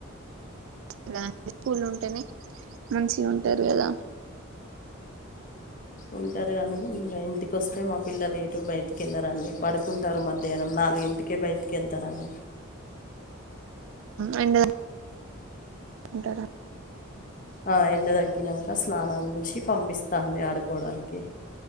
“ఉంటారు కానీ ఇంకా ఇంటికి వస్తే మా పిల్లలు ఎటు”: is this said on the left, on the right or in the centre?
Left